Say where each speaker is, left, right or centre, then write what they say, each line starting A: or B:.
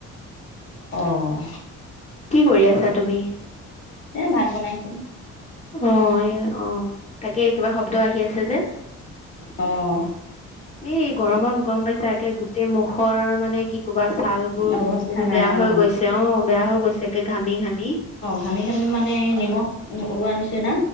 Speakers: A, on the left; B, on the left.
A: অঁহ।
B: কি কৰি আছা তুমি?
A: এ ভাত বনাইছোঁ।
B: অ', এ, অ', তাকে কিবা শব্দ আহি আছে যে!
A: অ'।
B: এই গৰমত গম পাইছা, একে গোটেই মুখৰ মানে কি ক'ৰবা ছাল বোৰ
A: অৱস্থা
B: বহুত
A: নাই
B: বেয়া হৈ
A: অ
B: গৈছে, অ', বেয়া হৈ গৈছে একে ঘামি-ঘামি।
A: ঘামি-ঘামি মানে নিমখ, ওলোৱা নিচিনা